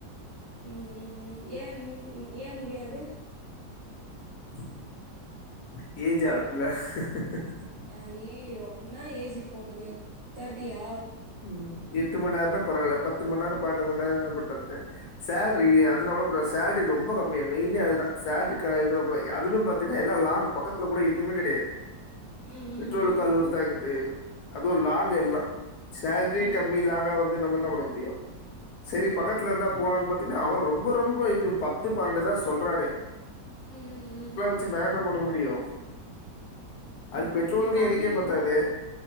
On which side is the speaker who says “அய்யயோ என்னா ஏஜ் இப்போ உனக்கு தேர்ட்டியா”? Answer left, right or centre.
Right